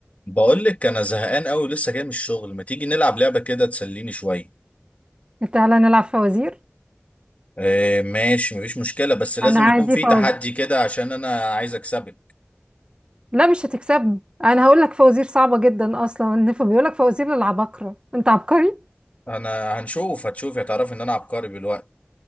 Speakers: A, on the left; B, on the right.
A: بقول لك انا زهقان قوي لسه جاي من الشغل ما تيجي نلعب لعبه كده تسليني شويه
B: تعالى نلعب فوازير
A: آه ماشي مفيش مشكله بس لازم
B: انا عادي
A: يكون في
B: فوازير
A: تحدي كده عشان انا عايز اكسبك
B: لا مش هتكسبني انا هقول لك فوازير صعبه جدا اصلا النفا بيقول لك فوازير للعباقره انت عبقري
A: انا هنشوف هتشوف هتعرف ان انا عبقري بالوقت